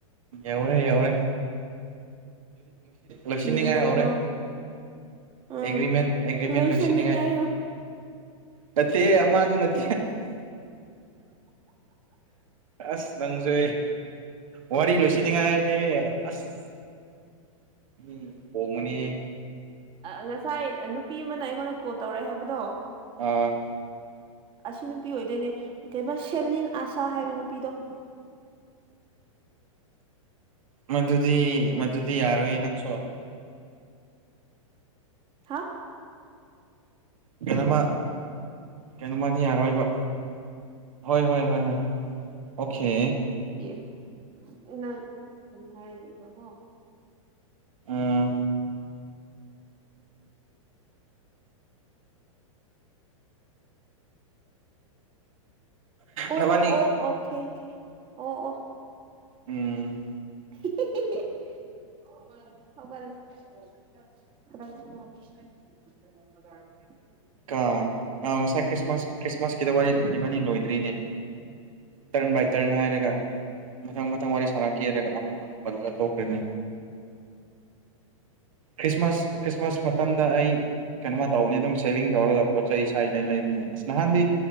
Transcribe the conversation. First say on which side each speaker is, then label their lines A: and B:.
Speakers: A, on the right; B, on the right.
A: ꯌꯧꯔꯦ ꯌꯧꯔꯦ ꯂꯣꯏꯁꯤꯟꯅꯤꯉꯥꯏ
B: ꯀꯤꯔꯦꯗꯀꯣ
A: ꯌꯥꯔꯦ
B: ꯎꯝ
A: ꯑꯦꯒ꯭ꯔꯤꯦꯟ ꯑꯦꯒ꯭ꯔꯤꯃꯦꯟ
B: ꯂꯣꯏꯁꯟꯅꯤꯡꯉꯥꯏ
A: ꯂꯣꯏꯁꯤꯅꯤꯡꯉꯥꯏ ꯀꯆ ꯑꯃꯗꯨ ꯑ ꯑꯁ ꯅꯪꯖ ꯋꯥꯔꯤ ꯂꯣꯏꯁꯤꯅꯤꯉꯥꯏ ꯍꯥꯏꯕꯅꯦ ꯑꯁ ꯎꯝ ꯄꯒꯃꯅꯤꯦ
B: ꯉꯁꯥꯏ ꯅꯨꯄꯤ ꯑꯃꯅ ꯑꯩꯉꯣꯟꯗ ꯀꯣꯜ ꯇꯧꯔꯛꯑꯦ ꯍꯥꯏꯕꯗꯣ
A: ꯑꯣ
B: ꯑꯁꯤ ꯅꯨꯄꯤ ꯑꯣꯏꯗꯣꯏꯅꯦ ꯀꯩꯩꯅꯣ ꯁꯦꯂꯤꯟ ꯑꯁꯥ ꯍꯥꯏꯕ ꯅꯨꯄꯤꯗꯣ <inaudible>
A: ꯃꯗꯨꯗꯤ ꯃꯗꯨꯗꯤ ꯌꯥꯔꯣꯏ ꯅꯪꯁꯨ
B: ꯍꯥ
A: ꯀꯩꯅꯣꯃ ꯀꯩꯅꯣꯃꯗꯤ ꯌꯥꯔꯣꯏꯕ ꯍꯣꯏ ꯍꯣꯏ ꯍꯣꯏ ꯍ ꯑꯣꯀꯦ
B: ꯑꯦ ꯅ ꯅꯪ ꯀ ꯍꯥꯏꯔ ꯏꯕꯀꯣ
A: ꯑꯥ
B: ꯑꯣ
A: ꯅꯕꯥꯅꯤ
B: ꯑꯣ ꯑꯣꯦ ꯊ ꯍꯦ ꯑꯣ ꯑꯣ
A: ꯎꯝ
B: <inaudible> <inaudible> ꯄꯤ
A: ꯀ ꯑꯥ ꯉꯁꯥꯏ ꯈ꯭ꯔꯤꯁꯃꯥꯁ ꯈ꯭ꯔꯤꯁꯃꯥꯁꯀꯤꯗ ꯋꯥꯔꯤ ꯏꯕꯥꯅꯤ ꯂꯣꯏꯗ꯭ꯔꯤꯅꯦ ꯇꯔꯟ ꯕꯥꯏꯇꯔꯟ ꯍꯥꯏꯔꯒ ꯃꯊꯪ ꯃꯊꯪ ꯋꯥꯔꯤ ꯁꯥꯔꯛꯀꯦꯔꯒ ꯑꯃ ꯑꯃꯗ ꯄꯜꯂ ꯊꯣꯛꯈꯔꯦꯅꯦ ꯈ꯭ꯁꯃꯁ ꯈ꯭ꯔꯤꯁꯃꯥꯁ ꯃꯇꯝꯗ ꯑꯩ ꯀꯩꯅꯣꯃ ꯇꯧꯕꯅꯤ ꯑꯗꯨꯝ ꯁꯦꯚꯤꯡ ꯇꯧꯔꯒ ꯄꯣꯠꯆ ꯏꯁꯥ ꯏꯅ ꯂꯩꯩ ꯑꯁ ꯅꯍꯥꯟꯗꯤ